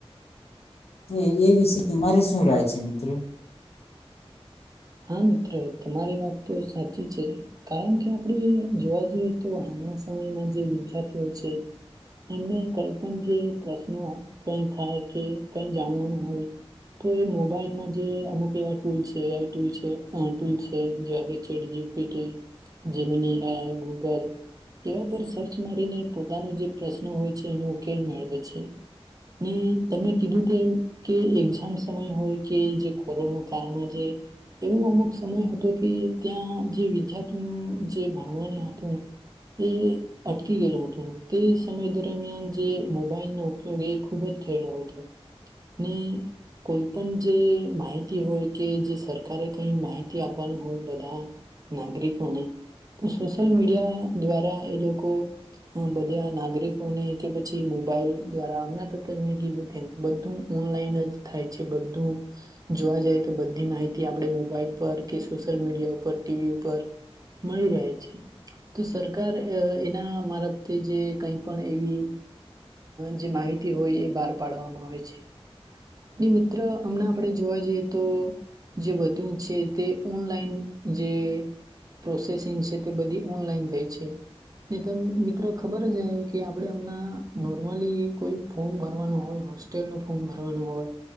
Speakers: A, on the left; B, on the right.
A: તો એ વિશે તમારે શું રાય છે મિત્ર?
B: હા, મિત્ર તમારી વાત તો સાચી છે, કારણકે આપણે જોવા જઈએ, તો હાલના સમયમાં જે વિદ્યાર્થીઓ છે, એમને કઈ પણ જે પ્રશ્નો કઈ થાય કે કઈ જાણવાનું હોય, તો એ મોબાઈલમાં જે અમુક એવા ટૂલ છે, એઈ <unintelligible> ટૂલ છે જેવા કે chat G P T, Gemini Google એવા પર સર્ચ મારીને પોતાનો જે પ્રશ્ન હોય છે એનો ઉકેલ મેળવે છે, ને તમે કીધું કે એ કે એક્ઝામ સમય હોય કે જે કોરોના કાળમાં જે એવો અમુક સમય હતો કે ત્યાં જે વિદ્યાર્થીઓનું જે ભણવાણી હતું એ અટકી ગયેલું હતું, તે સમય દરમિયાન જે મોબાઈલનો ઉપયોગ એ ખૂબજ થયેલો હતો, ને કોઈ પણ જે માહિતી હોય કે જે સરકારે કઈ માહિતી આપવાનું હોય બધા નાગરિકોને તો સોશિયલ મીડિયા દ્વારા એ લોકો બધા નાગરિકોને કે પછી મોબાઈલ દ્વારા આમના ત મે કીધું તેમ બધું ઓનલાઈન જ થાય છે બધું, જોવા જાય તો બધી માહિતી થી આપડે મોબાઈલ પર, કે સોશિયલ મીડિયા ઉપર, ટીવી ઉપર મળી રહે છે, તો સરકાર એના મારફતે જે કઈ પણ એવી જે માહિતી હોય એ બહાર પાડવામાં આવે છે, ને મિત્ર અમણા આપણે જોવા જઈએ તો જે બધું છે તે ઓનલાઈન જે પ્રોસેસિંગ છે તે બધી ઓનલાઈન થઈ છે, ને તમ મિત્ર ખબરજ અહે કે આપણે હમણા નોર્મલી કોઈ ફોર્મ ભરવાનું હોય, હોસ્ટેલ ન ફોર્મ ભરવાનું હોય,